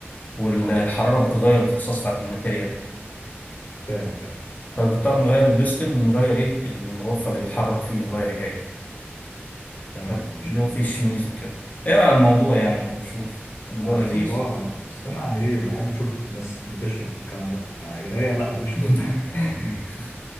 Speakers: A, on the left; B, on the left.
A: والحراره
B: اه
A: بتغير الخاصيه بتاعت الماتيريال
B: فاهم فاهم فاهم.
A: فبنضطر نغير البيستم ونغير ايه الغرفه اللي بيتحرك فيها رايح جاي
B: تمام
A: فبيضوا
B: ماشي
A: فيه الشميز وكده اقرا على الموضوع يعني وشوف الموضوع
B: اشوف
A: لذيذ
B: اه يعني، بس انا يعني ايه بحب اشوف ناس بتشرح والكلام ده قرايه لا ماليش
A: <laughs>
B: فل <laughs>